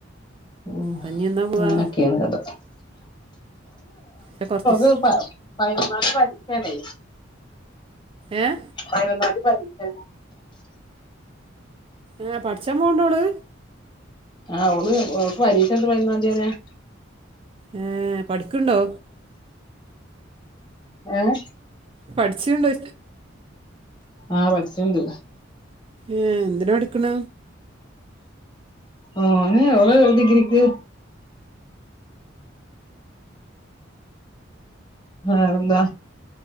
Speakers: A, on the left; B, on the right.
A: ഉം
B: കഞ്ഞി എന്നാ പോവാ
A: അങ്ങനൊക്കെയാണ് കഥ.
B: ഏ, കുറച്ച് ദിവസം
A: <unintelligible> പയിനൊന്നാം തി പരീക്ഷാണേ
B: ഏഹ്
A: പയിനൊന്നാം തി പരീക്ഷാണ്.
B: ഏഹ് പഠിച്ചാം പോണ് ണ്ടോള്?
A: ആഹ് ഓള് ഓക്ക് പരീക്ഷ ണ്ട് പയിനൊന്നാം തിയതി വരെ
B: ഏഹ് പഠിക്ക്ണ്ടോ?
A: ഏഹ്?
B: പഠിച്ച്ണ്ട്
A: ആഹ് പഠിച്ച്ണ്ട്.
B: ഏഹ് എന്തിനാ പഠിക്കണ?
A: ഓന് ഓള് ഡിഗ്രിക്ക്. <inaudible> വേറെന്താ?